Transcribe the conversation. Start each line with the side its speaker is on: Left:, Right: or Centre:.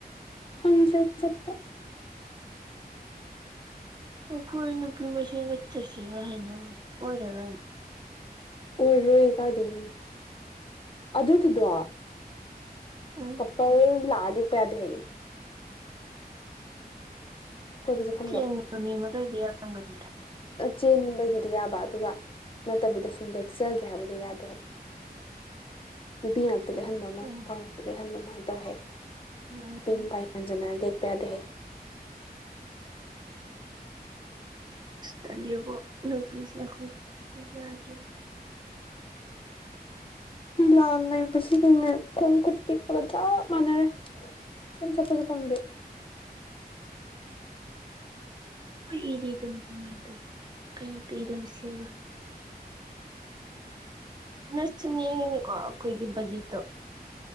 Left: ꯐꯪꯗ꯭ꯔꯦ ꯆꯠꯄ
Right: ꯈꯣꯏꯅ ꯄꯃꯁꯤ ꯀꯆꯆꯥ ꯁꯤꯒ ꯍꯅ ꯑꯣꯏꯔꯅ
Left: ꯑꯣꯏꯔꯣꯏ ꯀꯥꯏꯗꯩꯅꯣ ꯑꯗꯨꯒꯤꯗꯣ
Right: ꯎꯝ
Left: ꯀꯄꯜ ꯂꯥꯄꯌꯥꯗ ꯍꯥꯏꯌꯦ ꯀꯣꯏꯕ ꯆꯠꯐꯝꯗꯣ
Right: ꯆꯃꯤ ꯀꯗꯤ ꯌꯥꯥꯡꯕꯅꯤꯗ
Left: ꯆꯦꯟꯕꯒꯤꯗꯤ ꯌꯥꯕ ꯑꯗꯨꯒ ꯅꯠꯇꯕꯤꯗ ꯁꯨꯝ ꯂꯦꯛꯆꯒꯦ ꯍꯥꯏꯕꯗꯣ ꯌꯥꯗꯦ ꯍꯥꯏ ꯅꯨꯄꯤ ꯉ ꯑ ꯂꯩꯍꯟꯕ ꯑꯃ
Right: ꯑꯣ
Left: ꯏꯜꯛꯇ ꯂꯩꯍꯟꯕ ꯑꯃ ꯀꯃꯥꯏꯅ ꯇꯧ ꯍꯥꯏ
Right: ꯎꯝ
Left: ꯄꯥꯏꯖ ꯗꯦ ꯄꯌꯥꯗ
Right: ꯇꯜꯂꯤꯕꯣ ꯅꯨꯄꯤꯁꯦ ꯑꯩꯈꯣꯏꯁꯦ ꯌꯥꯗꯦꯕ
Left: ꯂꯥꯜ ꯂꯩꯕꯁꯤꯒꯉꯦ ꯈꯣꯡ ꯈꯨꯠ ꯇꯦꯛꯛꯄꯒ ꯆꯞ ꯃꯥꯟꯅꯔꯦ ꯀꯩꯝ ꯆꯠꯄꯁꯨ ꯐꯪꯗꯦ
Right: ꯎꯝ ꯍꯣꯏ ꯏꯔꯤꯗꯨꯅꯣ ꯀꯃꯥꯏꯅ ꯇꯧꯕ ꯀꯩ ꯀꯩ ꯂꯧꯁꯦꯕ ꯅ ꯁꯨꯝ ꯌꯦꯡꯉꯦꯀꯣ ꯑꯩꯈꯣꯏꯒꯤ ꯕꯖꯤꯠꯇꯣ